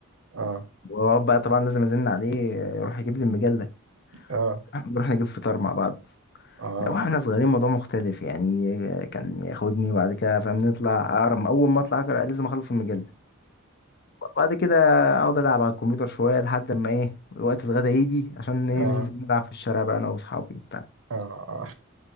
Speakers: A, on the right; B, on the left.
A: اه
B: واقعد بقى طبعا لازم ازن عليه يروح يجيب لي المجله
A: اه
B: <clears throat> نروح نجيب فطار مع بعض
A: اه
B: لا واحنا صغيرين موضوع مختلف يعني كان ياخدني وبعد كده فاهم نطلع اقرا اول ما اطلع اقرا لازم اخلص المجله وبعد كده اقعد العب على الكمبيوتر شويه لحد ما ايه وقت الغدا يجي عشان ايه
A: اه
B: ننزل نلعب في الشارع بقى انا واصحابي وبتاع
A: اه